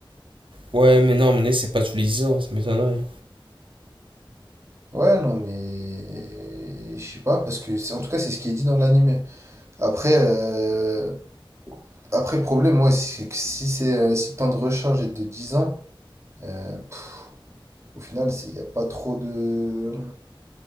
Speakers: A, on the right; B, on the right.
A: Ouais, mais non, mais c'est pas tous les 10 ans, ça m'étonnerait.
B: Ouais, non mais je sais pas parce que c'est en tout cas c'est ce qui est dit dans l'animé. Après euh, après le problème moi c'est que si c'est euh, si le temps de recharge est de 10 ans euh, pff, au final, il n'y a pas trop de